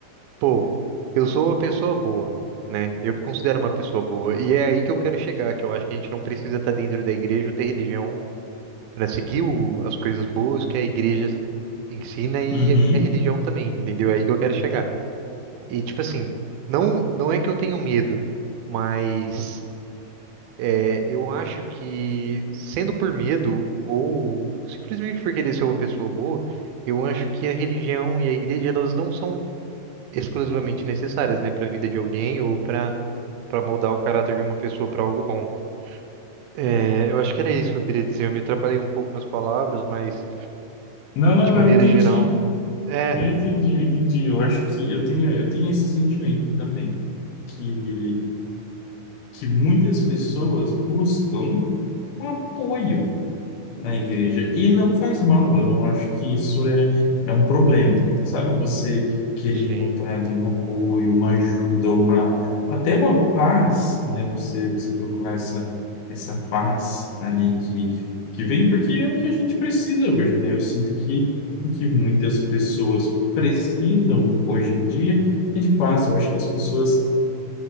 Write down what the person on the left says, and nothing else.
Uhum.
Não, não,
eu entendi.
Eu entendi, eu entendi. Eu acho que eu tenho, eu tenho esse sentimento também, que, que muitas pessoas buscam um apoio na igreja. E não faz mal, eu não acho que isso é, é um problema, sabe? Você querer
encontrar ali um apoio, uma ajuda, uma, até uma paz, né? Você, você procurar essa, essa paz ali que, que vem, porque é o que a gente precisa hoje, né? Eu sinto que o que muitas pessoas precisam hoje em dia é de paz. Eu acho que as pessoas